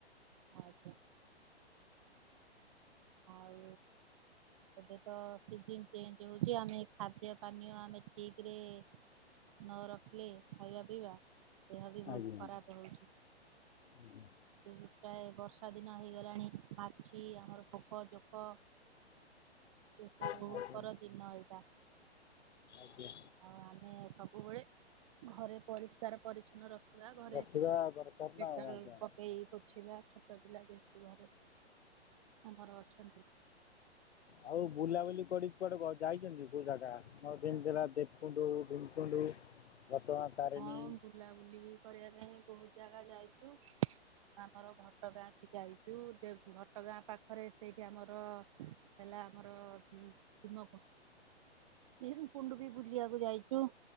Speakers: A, on the right; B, on the left.
A: ଆଜ୍ଞା। ଆଉ ଏବେ ତ ସିଜିନ୍ ଚେଞ୍ଜ ହଉଛି ଆମେ ଖାଦ୍ୟ ପାନୀୟ ଆମେ ଠିକ ରେ ନ ରଖିଲେ ଖାଇବା ପିଇବା ଦେହ ବି ବହୁତ
B: ଆଜ୍ଞା
A: ଖରାପ ହଉଛି।
B: ଆଜ୍ଞା
A: ଏବେ ପ୍ରାୟ ବର୍ଷା ଦିନ ହେଇଗଲାଣି ମାଛି ଆମର ପୋକ ଜୋକ ସେସବୁ
B: ଆଜ୍ଞା
A: ଉ ପର ଦିନ ଏଇଟା
B: ଆଜ୍ଞା
A: ଆଉ ଆମେ ସବୁବେଳେ ଘରେ ପରିଷ୍କାର ପରିଚ୍ଛନ୍ନ ର ବା ଘରେ
B: ରଖିବା ଦରକାର
A: ଡେଟଲ୍
B: ନା ଆଉ ଆଜ୍ଞା
A: ପକେଇ ପୋଛିବା। ଛୋଟ ପିଲା ଯେହେତୁ ଘରେ ଆମର ଅଛନ୍ତି।
B: ଆଉ ବୁଲାବୁଲି କଡିକି କୁଆଡେ ଯାଇଛନ୍ତି କୋଉ ଜାଗା <unintelligible> ହେଲା ଦେବକୁଣ୍ଡ ଭୀମକୁଣ୍ଡ? ଘଟଗାଁ ତାରେଣୀ
A: ହଁ ବୁଲାବୁଲି କରିବା ପାଇଁ ବହୁତ ଜାଗା ଯାଇଛୁ। ଆମର ଘଟଗାଁ ବି ଯାଇଛୁ ଘଟଗାଁ ପାଖରେ ସେଇଠି ଆମର ହେଲା ଆମର ଉମ ଭୀମକୁଣ୍ଡ ବି ବୁଲିବାକୁ ଯାଇଛୁ।